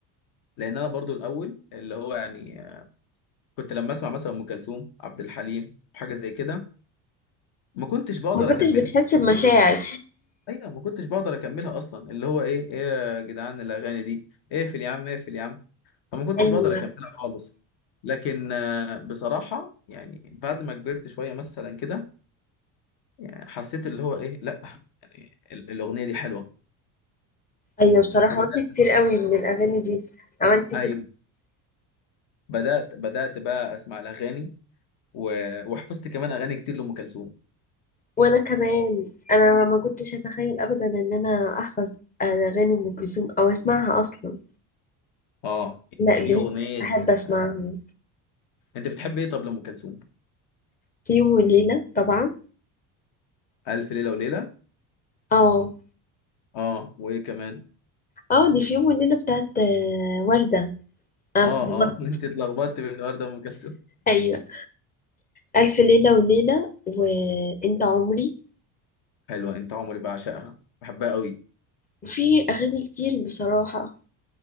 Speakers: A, on the left; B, on the left.
A: لان انا برضو الاول اللي هو يعني كنت لما اسمع مثلا ام كلثوم عبد الحليم حاجه زي كده ما كنتش بقدر
B: ما كنتش
A: اكملها
B: بتحس بمشاعر
A: ايوه ما كنتش بقدر اكملها اصلا اللي هو ايه ايه يا جدعان الاغاني دي اقفل يا عم اقفل يا عم فما كنتش
B: أيوة
A: بقدر اكملها خالص لكن آه، بصراحه يعني بعد ما كبرت شويه مثلا كده يعني حسيت اللي هو ايه لا يعني ال- الاغنيه دي حلوه
B: أيوة بصراحة
A: فبدات
B: عملت كتير قوي من الأغاني دي عملت
A: ايوه بدات بدات بقى اسمع الاغاني و... وحفظت كمان اغاني كتير لام كلثوم
B: وانا كمان انا ما كنتش اتخيل ابدا ان انا احفظ اغاني ام كلثوم او اسمعها اصلا
A: اه
B: لا
A: في
B: بيت
A: اغنيه
B: احب اسمعها
A: آه. انت بتحب ايه طب لام كلثوم
B: في يوم وليله طبعا
A: الف ليله وليله
B: اه
A: اه وايه كمان
B: اه دي في يوم وليله بتاعت آه، ورده اه
A: اه
B: طبعا.
A: اه <laughs> انت اتلخبطت بين النهارده ام كلثوم
B: ايوه الف ليله وليله وانت عمري
A: حلوه انت عمري بعشقها بحبها قوي
B: وفي اغاني كتير بصراحه